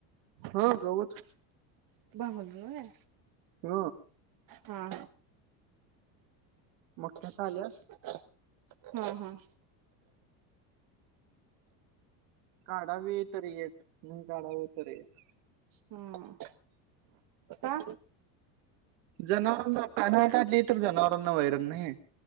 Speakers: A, on the right; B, on the right.
A: हा गवत
B: <inaudible> व्हयं
A: ह
B: हा!
A: मग त्यात
B: <unintelligible>
A: आल्या
B: हा हा!
A: काढावीे तर येत, नाही काढाव तरी येतं.
B: हं का?
A: जनावरांना काय न्ह्याय काढली तर जनावरांना वैरण नाही.